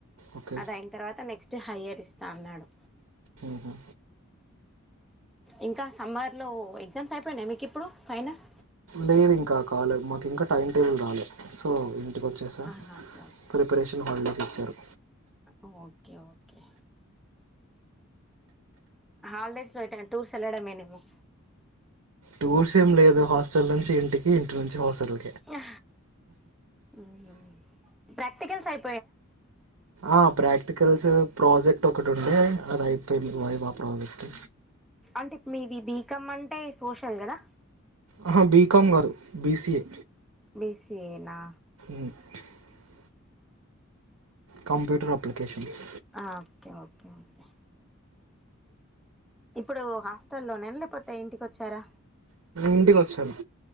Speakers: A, on the right (about 80°); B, in the centre.
A: ఓకే
B: అది అయిన తర్వాత నెక్స్ట్ నెక్స్ట్ హయ్యార్ ఇస్తా అన్నాడు
A: ఉ హు
B: ఇంకా సమ్మర్లో ఎగ్జామ్స్ అయిపోయినాయ మీకు ఇప్పుడు. ఫైనల్
A: లేదు ఇంకా కాలా మాకు ఇంకా టైమ్ టేబుల్ రాలే సో ఇంటికి వచ్చేసా
B: ఆహా అచ్చా
A: ప్రిపరేషన్ హాలిడేస్ ఇచ్చారు
B: ఆ ఓకే ఓకే హాలిడేస్లో అయితే ఇగ టూర్స్ వెళ్లడమేనేమో
A: టూర్స్ ఏం లేదు హాస్టల్ నుంచి ఇంటికి ఇంటి నుంచి హాస్టల్కి.
B: ఉ హు ప్రాక్టికల్స్ అయి
A: ఆ ప్రాక్టికల్స్ ప్రాజెక్ట్ ఒకటి ఉండే అది అయి పోయింది వైవా ప్రాజెక్టు
B: అంటే మీది బీకమ్ అంటే సోషల్ కదా
A: ఆహా బీకాం కాదు బిసిఏ
B: బిసిఏ నా
A: <inaudible> కంప్యూటర్ అప్లికేషన్స్
B: ఆ ఓకే ఓకే ఓకే ఇప్పుడు హాస్టల్లోనేనా లేకపోతే ఇంటికి వచ్చారా.
A: ఇంటికి వచ్చాను